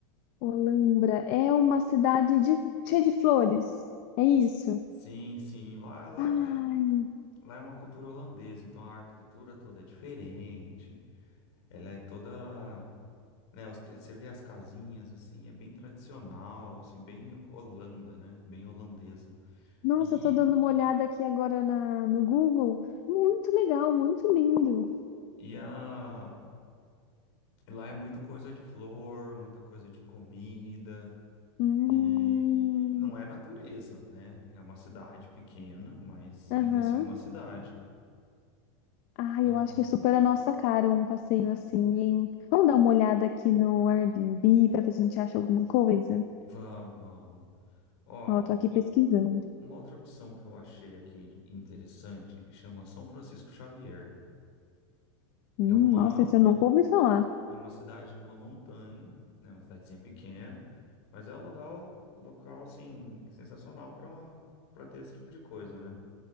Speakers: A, on the left; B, on the left.
A: Olambra é uma cidade de- cheia de flores. É isso?
B: S- Sim, sim. Lá lá
A: Ai,
B: tem, lá é uma cultura holandesa, então a arquitetura toda é diferente. Ela é toda, né, os te- você vê as casinhas assim, é bem tradicional, assim, bem Holanda, né? Bem holandesa.
A: nossa,
B: E
A: eu tô dando uma olhada aqui agora na, no Google. Muito legal, muito lindo.
B: e a lá é muita coisa de flor, muita coisa de comida.
A: Hum,
B: E não é natureza, né? É uma cidade pequena, mas
A: aham.
B: ainda assim é uma cidade.
A: Ai,
B: Ahn,
A: eu acho que é super a nossa cara um passeio assim, hein? Vamos dar uma olhada aqui no Airbnb para ver se a gente acha alguma coisa.
B: vamos, vamos. Ó,
A: Ó, eu tô aqui pesquisando.
B: uma outra opção que eu achei aqui interessante chama São Francisco Xavier.
A: Hum,
B: É uma,
A: nossa, esse eu nunca ouvi falar.
B: é uma cidade numa montanha, né? Uma cidadezinha pequena, mas é um lugar, local assim, sensacional para para ter esse tipo de coisa, né?